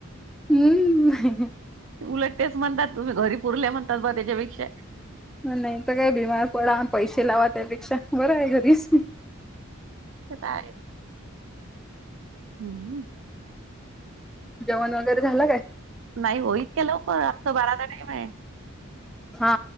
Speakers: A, in the centre; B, on the right.
A: हम्
B: उलटतेच म्हणतात तुम्ही घरी पुरल्या म्हणतात ब त्याच्यापेक्षा
A: नाही तर काय बीमार पडा पैसे लावा त्यापेक्षा बरं आहे घरीच
B: ते तय हम्म
A: जेण वगैरे झालं काय
B: नाही हो इतके लोक आता बारादा टाम आहे
A: हा